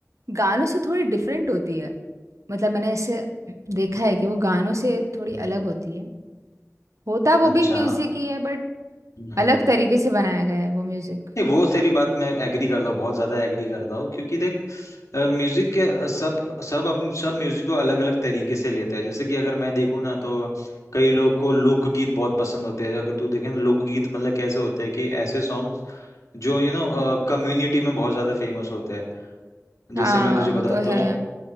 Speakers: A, on the right; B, on the left.
A: गानों से थोड़ी डिफरेंट होती है मतलब मैंने ऐसे देखा है कि वो गानों से थोड़ी
B: हम्म।
A: अलग होती है होता वो
B: अच्छा
A: भी म्यूजिक ही है बट
B: हम्म
A: अलग तरीके से बनाया गया है वो म्यूजिक
B: नहीं वो तेरी बात मैं एग्री करता हूँ बहुत ज्यादा एग्री करता हूँ क्योंकि देख म्यूजिक के अ, सब सब अपने सब म्यूजिक को अलग अलग तरीके से लेते हैं जैसे कि अगर मैं देखूँ ना तो कई लोग को लोकगीत बहुत पसंद होते हैं अगर तू देखे ना लोकगीत मतलब कैसे होते हैं कि ऐसे सॉन्ग्स जो यू नो कम्युनिटी में बहुत ज्यादा फेमस होते हैं जैसे
A: हाँ
B: मैं तुझे बताता
A: वो तो है
B: हूँ